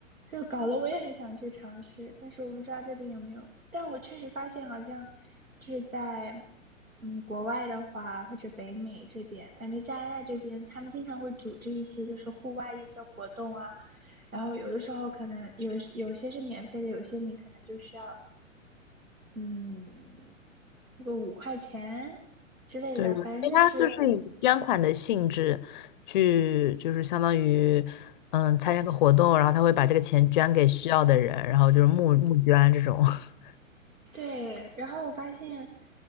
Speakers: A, on the right; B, on the left.
A: 就搞得我也很想去尝试，但是我不知道这边有没有。但我确实发现，好像就是在嗯国外的话，或者北美这边，反正加拿大这边，他们经常会组织一些就是户外的一些活动啊。然后有的时候可能有有些是免费的，有些你可能就需要嗯付个五块钱之类的，
B: 对，因为它就是以捐款的性质去，
A: 反正就是。
B: 就是相当于，嗯，参加个活动，然后他会把这个钱捐给需要的人，然后就是募募捐这种。<laughs>
A: 对，然后我发现，